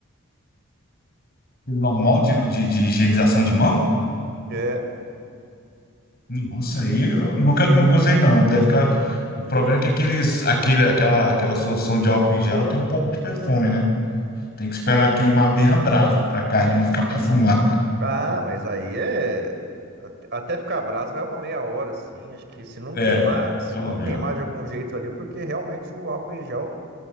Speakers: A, on the left; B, on the right.
A: normal
B: Ó,
A: de, de de higienização de mão.
B: É.
A: Nossa, aí eu nunca, nunca usei, não. Deve ficar. O problema é que aqueles, aquele, aquela, aquela solução de álcool em gel ela tem um pouco de perfume, né? Tem que esperar queimar bem a brasa para a carne não ficar perfumada. <laughs>
B: Ah, mas aí é. Até até ficar brasa vai uma meia hora, assim. Acho que se não
A: É,
B: queimar,
A: é
B: se
A: pelo
B: não
A: menos.
B: queimar de algum jeito ali, porque realmente o álcool em gel